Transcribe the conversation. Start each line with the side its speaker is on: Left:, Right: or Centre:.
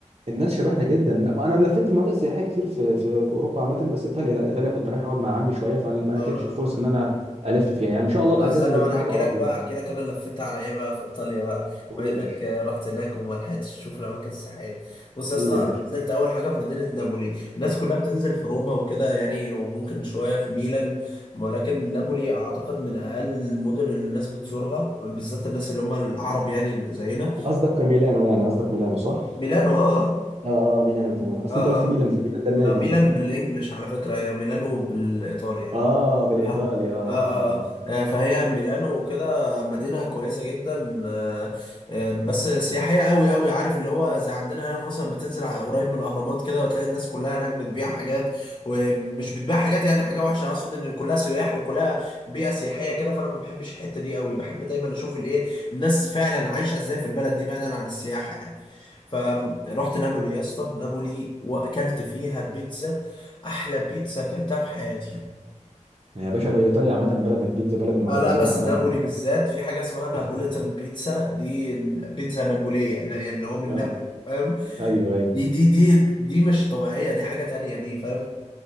Right: الناس شبهنا جدا لا ما انا لفيت مناطق سياحيه كتير في في في اوروبا عامه بس ايطاليا لا ايطاليا كنت رايح اقعد مع عمي شويه فما
Left: آه
Right: جاتش الفرصه ان انا الف فيها يعني ان شاء الله
Left: طب
Right: الاجازه
Left: بس انا
Right: اللي
Left: ما
Right: جايه
Left: انا احكي
Right: هبقى اروح
Left: لك
Right: له
Left: بقى
Right: يعني
Left: احكي لك انا لفيت على ايه بقى في ايطاليا بقى
Right: قول
Left: بما
Right: يا
Left: انك
Right: باشا
Left: آه، رحت هناك وما لحقتش تشوف الاماكن السياحيه بص يا
Right: قول
Left: اسطى
Right: يا باشا
Left: انا نزلت اول حاجه في مدينه نابولي الناس كلها بتنزل في روما وكده يعني وممكن شويه في ميلان ولكن نابولي اعتقد من اقل المدن اللي الناس بتزورها بالذات الناس اللي هم العرب يعني اللي زينا
Right: قصدك ميلانو يعني قصدك ميلانو صح؟
Left: ميلانو اه
Right: اه اه ميلانو تمام اصل
Left: اه اه
Right: انت قلت ميلان
Left: اه
Right: فميلان ده النادي
Left: ما ميلان بالانجلش على فكره هي ميلانو بالايطالي
Right: <laughs>
Left: يعني
Right: اه بالايطالي
Left: آه.
Right: اه
Left: آه
Right: اه اه
Left: آه آه، فهي ميلانو وكده مدينة كويسة جدا آه آه بس سياحية قوي قوي عارف اللي هو زي عندنا هنا في مصر لما تنزل على- قريب من الأهرامات كده وتلاقي الناس كلها هناك بتبيع حاجات ومش بتبيع حاجات يعني حاجة وحشة أقصد إن كلها سياح وكلها بيئة سياحية كده فأنا ما بحبش الحتة دي قوي بحب دايما أشوف الإيه الناس فعلا عايشة إزاي في البلد دي بعيدا عن السياحة يعني فرحت نابولي يا اسطى نابولي وأكلت فيها بيتزا أحلى بيتزا أكلتها في حياتي
Right: يا باشا بقى ايطاليا عامه بلد البيتزا بلد المخبوزات
Left: اه لا بس
Right: عامه
Left: نابولي
Right: يعني
Left: بالذات في حاجة اسمها نابوليتان
Right: <laughs>
Left: بيتزا دي بيتزا نابولية يعني اللي هو من
Right: اه
Left: نابولي فاهم
Right: ايوه ايوه
Left: دي دي دي دي مش طبيعية دي حاجة تانية دي فاهم